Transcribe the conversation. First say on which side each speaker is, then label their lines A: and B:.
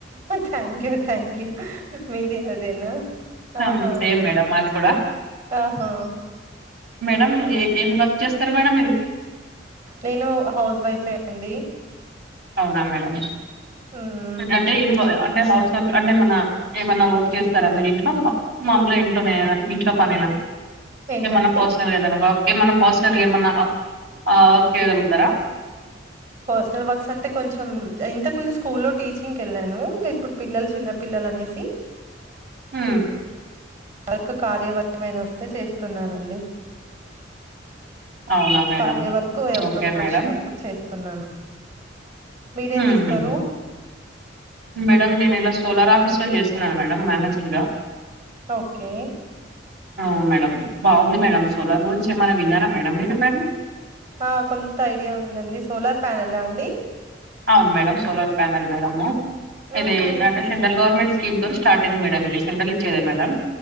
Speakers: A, on the right (about 45°); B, on the right (about 60°).
A: thank you thank you మీది అదేనా
B: హ
A: ఆహా
B: సేమ్ మేడమ్ మాది కూడా
A: ఆహా
B: మేడం ఏం ఏం వర్క్ చేస్తారు మేడం మీరు
A: నేను హౌస్ వైఫే అండి
B: అవునా మేడం
A: మ్మ్.
B: అంటే అంటే హౌస్ అంటే ఏమన్నా ఏమన్నా వర్క్ చేస్తారా మీరు ఇంట్లో మామూలుగా ఇంట్లోనే ఇంట్లో పని
A: ఏంటండి
B: ఏమన్నా పర్సనల్ ఏదైనా వర్క్ ఏమన్నా పర్సనల్ ఏమన్నా వర్క్ చేయగలుగుతారా
A: పర్సనల్ వర్క్స్ అంటే కొంచెం ఇంతకు ముందు స్కూల్లో టీచింగ్ కి వెళ్లాను ఇంకా ఇప్పుడు పిల్లలు చిన్న పిల్లలు అనేసి
B: హ
A: వర్క్ కార్య వర్క్ వస్తే చేస్తున్నానండి
B: అవునా మేడం
A: కార్య వర్కు ఎప్పుడప్పుడు
B: ఓకే మేడం
A: వచ్చినప్పుడు చేస్త చేస్తున్నాను మీరేం
B: హ్మ్
A: చేస్తారు
B: హ్మ్ హ్మ్ మేడం నేను ఇలా సోలార్ ఆఫీసులో చేస్తున్నాను మేనేజర్ గా
A: ఓకే
B: అవును మేడం బాగుంది మేడం సోలార్ గురించి ఏమైనా విన్నారా మేడం మీరు ఎప్పుడనా
A: ఆ కొంత ఐడియా ఉందండి సోలార్ ప్యానెల్ ఆ అండి
B: అవును మేడం సోలార్ ప్యానెల్ మేడమ్ ఇది
A: ఉహు
B: ఏంటంటే సెంట్రల్ గవర్నమెంట్ దీంతో స్టార్ట్ అయింది మేడం ఇది సెంట్రల్ ఇచ్చేద మేడం